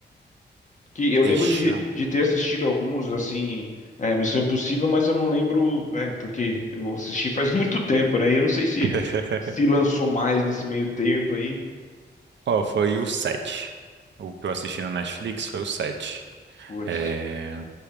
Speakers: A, on the left; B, on the right.
A: que eu
B: Deixa.
A: lembro de, de ter assistido alguns, assim, é, Missão Impossível, mas eu não lembro, é, porque eu assisti faz <laughs> muito tempo, né? E eu não sei se
B: <laughs>
A: se lançou mais nesse meio tempo aí.
B: Ó, foi o 7. O que eu assisti na Netflix foi o 7.
A: Putz.
B: É,